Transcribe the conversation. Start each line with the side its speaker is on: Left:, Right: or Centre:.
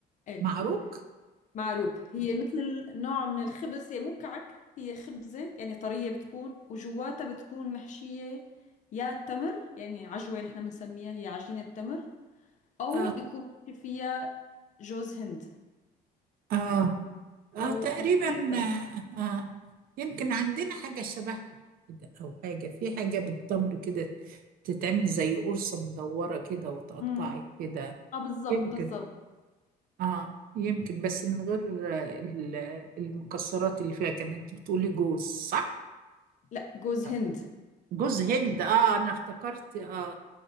Left: ايه
Right: معروك
Left: معروك هي مثل نوع من الخبز هي مو كعك هي خبزة يعني طرية بتكون وجواتها بتكون محشية يا تمر يعني عجوة نحن بنسميها هي عجينة تمر او
Right: بيبقى
Left: بيكون ماشي فيها جوز هند
Right: آه. اه
Left: و-
Right: تقريبا
Left: وكثير طيب
Right: آه آه، يمكن عندنا حاجة شبهها كده أو حاجة في حاجة بالتمر كده تتعمل زي قرصة مدورة كده وتقطعي
Left: امم
Right: كده
Left: اه بالضبط
Right: يمكن
Left: بالضبط
Right: اه يمكن بس من غير آه، ال- المكسرات اللي فيها كان انت بتقولي جوز صح؟
Left: لا جوز
Right: آه.
Left: هند
Right: جوز هند اه انا افتكرت اه